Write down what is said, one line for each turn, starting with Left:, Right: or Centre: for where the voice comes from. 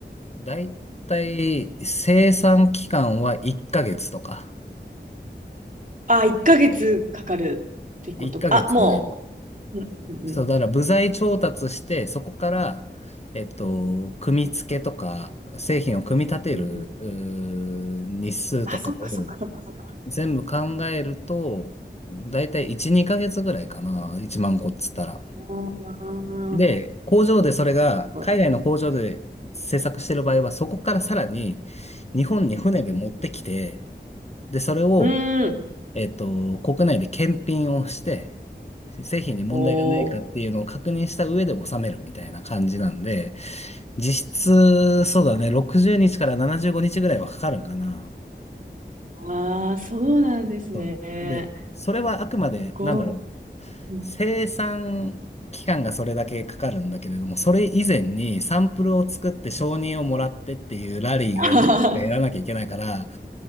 Left: だいたい生産期間は1ヶ月とか、
Right: ああ、1ヶ月かかるってことか。
Left: 1ヶ月
Right: あ、もう。うんうんうん
Left: そう、だから部材調達して、そこから、えっと、組み付けとか、製品を組み立てる、
Right: うんうん。
Left: うー日数とかを
Right: あ、そっかそっかそっかそっか。
Left: 全部考えると、だいたい1、2ヶ月ぐらいかな。1万個っつったら。
Right: うーん。
Left: で、
Right: す
Left: 工場でそれが、
Right: ごい。
Left: 海外の工場で制作してる場合は、そこからさらに日本に船で持ってきて、
Right: うん
Left: で、それを、
Right: うん。うーん。
Left: えっと、国内で検品をして、製品に問題がないかっていうのを確認した上で納めるみたいな感じなんで、
Right: おー。
Left: 実質、そうだね、60日から75日ぐらいはかかるんかな。
Right: ああ、そうなんですね。
Left: そう。で、それはあくまで、
Right: こ
Left: なんだろう、
Right: う、
Left: 生産期間がそれだけかかるんだけれども、それ以前にサンプルを作って承認をもらってっていうラリーをなんかやらなきゃいけないから、
Right: <laughs>